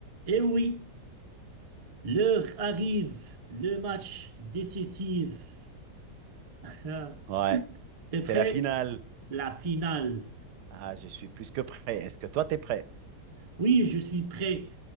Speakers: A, on the right; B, on the right.
A: Et oui, l'heure arrive, le match décisif. Ah,
B: Ouais,
A: T'es
B: c'est
A: prêt?
B: la finale.
A: La finale.
B: Ah, je suis plus que prêt. Est-ce que toi, t'es prêt?
A: Oui, je suis prêt.